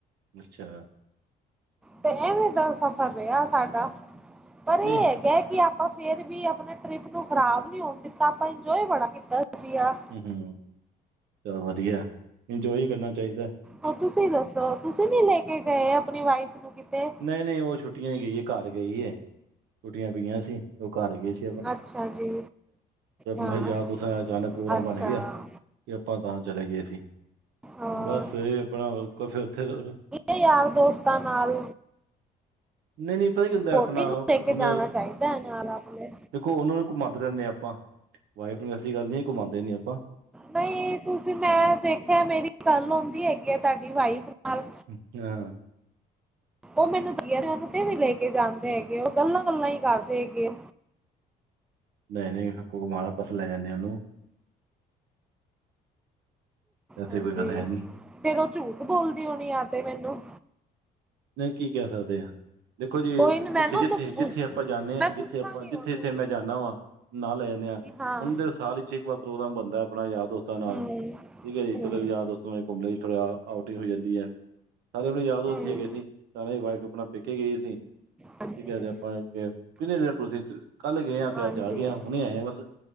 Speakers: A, on the right (about 80°); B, in the centre.
A: ਅੱਛਾ।
B: ਤੇ ਐਵੇਂ ਦਾ ਸਫ਼ਰ ਰਿਆ ਸਾਡਾ। ਪਰ ਏ
A: ਨਹੀਂ
B: ਐ ਐ ਕੇ ਆਪਾਂ ਫੇਰ ਵੀ ਆਪਣੇ ਟ੍ਰਿਪ ਨੂੰ ਖ਼ਰਾਬ ਨੀ ਹੋਣ ਦਿੱਤਾ ਆਪਾਂ ਇੰਜੋਏ ਬੜਾ ਕੀਤਾ ਸੀਗਾ।
A: ਹੂੰ-ਹੂੰ। ਚੱਲੋ ਵਧੀਆ, ਇੰਜੋਏ ਕਰਨਾ ਚਾਈਦੈ।
B: ਹੁਣ ਤੁਸੀਂ ਦੱਸੋ, ਤੁਸੀਂ ਨੀ ਲੈ ਕੇ ਗਏ ਆਪਣੀ ਵਾਈਫ ਨੂੰ ਕਿਤੇ?
A: ਨਈ-ਨਈ ਓ ਛੁੱਟੀਆਂ ਚ' ਗਈ ਏ ਘਰ ਗਈ ਐ। ਛੁੱਟੀਆਂ ਪਈਆਂ ਸੀ ਓ ਘਰ ਗਈ ਸੀ।
B: ਅੱਛਾ ਜੀ। ਹਾਂ
A: ਬਸ ਯਾਰ, ਦੋਸਤਾ ਅਚਾਨਕ ਪ੍ਰੋਗਰਾਮ
B: ਅੱਛਾ
A: ਬਣ ਗਿਆ। ਆਪਾਂ ਤਾਂ ਚਲੇ ਗਏ ਸੀ।
B: ਹਾਂ,
A: ਬਸ ਸਵੇਰੇ ਆਪਣਾ ਕੁਛ ੳਥੇ ਫੇਰ
B: ਏ ਯਾਰ- ਦੋਸਤਾਂ ਨਾਲ
A: ਨਈ -ਨਈ ਪਤਾ ਕੀ ਹੁੰਦੈ
B: ਵੋਟੀ
A: ਆਪਣਾ,
B: ਨੂੰ ਲੈ ਕੇ
A: ਹੁਣ
B: ਜਾਣਾ ਚਾਹੀਦਾ ਹੈ ਨਾਲ ਆਪਣੇ।
A: ਦੇਖੋ ਓਨਾ ਨੂੰ ਘੁੰਮਾਂਦੇ ਰੈਂਦੇ ਆ ਆਪਾਂ, ਵਾਈਫ ਨੂੰ ਐਸੀ ਗੱਲ ਨੀ ਘੁੰਮਾਂਦੇ ਨੀ ਆਪਾਂ।
B: ਨਹੀਂ, ਤੁਸੀਂ ਮੈਂ ਦੇਖਿਆ ਮੇਰੀ ਗੱਲ ਹੋੰਦੀ ਹੈਗੀ ਆ ਤਾਡੀ ਵਾਈਫ ਨਾਲ।
A: ਉਂ ਆਂ।
B: ਓਹ ਮੈਨੂੰ ਦੀ ਐ ਤੇ ਔਨੂੰ ਤੇ ਵੀ ਲੈ ਕੇ ਜਾਂਦੇ ਹੈਗੇ। ਓਹ ਗੱਲਾਂ-ਗੱਲਾਂ ਹੀ ਕਰਦੇ ਹੈਗੇ ਐ।
A: ਨਹੀਂ- ਨਹੀਂ, ਹਕੂਮਾਰਾਪਸ ਲੈ ਜਾਂਣੇ ਆਂ ਓਨੂੰ। ਐਸੀ
B: ਹਾਂਜੀ।
A: ਕੋਈ ਗੱਲ ਹੈ ਨਹੀਂ
B: ਫੇਰ ਓਹ ਝੂਠ ਬੋਲਦੀ ਹੋਣੀ ਆ ਤੇ ਮੈਨੂੰ।
A: ਨਹੀਂ ਕੀ ਕੈ ਸਕਦੇ ਹਾਂ। ਦੇਖੋ ਜੀ
B: ਕੋਈ ਨੀ ਮੈਂ
A: ਜਿੱਥੇ-
B: ਨਾ
A: ਜਿੱਥੇ-
B: ਉਹਨੂੰ ਪੁ
A: ਜਿੱਥੇ ਅਪਾਂ ਜਾਂਣੇ
B: ਮੈਂ
A: ਆਂ, ਜਿੱਥੇ
B: ਪੁੱਛਾਂਗੀ
A: ਅਪਾਂ ਜਿੱਥੇ-
B: ਉਹਨੂੰ
A: ਜਿੱਥੇ ਮੈਂ ਜਾੱਨਾ ਵਾ। ਨਾਲ ਲੈ ਜਾਂਣੇ ਆਂ,
B: ਕਿ ਹਾਂ
A: ਉੰਦ ਤੇ ਸਾਲ ਇਚ ਇੱਕ ਵਾਰ ਪ੍ਰੋਗਰਾਮ ਬਣਦੈ ਅਪਣਾ ਯਾਰਾ, ਦੋਸਤਾਂ ਨਾਲ।
B: ਹੂੰ
A: ਠੀਕ ਹੈ ਜੀ
B: ਹੂੰ
A: ਚਲੋ ਯਾਰ ਦੋਸਤਾ ਨਾ ਘੁੰਮ ਲੇ ਥੋੜ੍ਹਾ ਆਉਟੀ ਹੋ ਜਾਂਦੀ ਐ, ਐ ਤੇ ਅਪਣੇ ਯਾਰ, ਦੋਸਤ
B: ਹੂੰ
A: ਹੀ ਹੈਗੇ। ਤੇ ਵਾਈਫ ਅਪਣਾ ਪੇਕੇ ਗਈ ਸੀ।
B: ਹਾਂਜੀ
A: ਠੀਕ ਹੈ ਤੇ ਆਪਾਂ ਕੈ ਕਿਦੇ, ਦੇਐ ਤੁਸੀਂ ਕੱਲ ਗਏ ਹਾਂ ਤੇ
B: ਹਾਂਜੀ
A: ਅੱਜ ਆ ਗਏ ਹਾਂ, ਹੁਣੇ ਆਏ ਆਂ ਬਸ।